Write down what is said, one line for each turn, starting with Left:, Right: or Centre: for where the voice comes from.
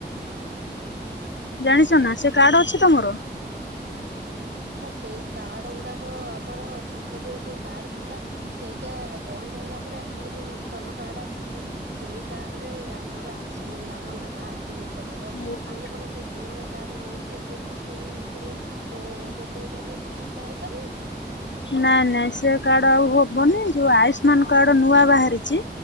Left: <inaudible> ଜାଣିଛ ନା ସେ କାର୍ଡ ଅଛି ତମର?
Right: ହଁ ସେଇ କାର୍ଡ଼ ଗୁଡ଼ାକ ଆମର ସେତେବେଳେ ଯେଉ କାର୍ଡ଼ ଥିଲା। ସେଇଟା ବନ୍ଦ ହେଲା ପରେ ଆମର ଯେଉ ନୂତନ କାର୍ଡ଼ ଆସିଛି। ସେଇ କାର୍ଡ଼ରେ ଆମର ଆସିନି ଆମ ନାଁ ଆସିନି। ଏ ଏ ପର୍ଯ୍ୟନ୍ତ
Left: ଓହୋ
Right: ଆମେ କଣ ସେଇ ପୁରୁଣା କାର୍ଡ ନେଇକି ଏବେ ବି ସେଇତିରେ ଦେ ଯାଇକି ଆମେ ଚିକିତ୍ସା ହେଇପାରିବୁ?
Left: ନାଇଁ ନାଇଁ ସେ କାର୍ଡ ଆଉ ହବନି। ଯୋଉ ଆୟୁଷ୍ମାନ କାର୍ଡ ନୂଆ ବାହାରିଛି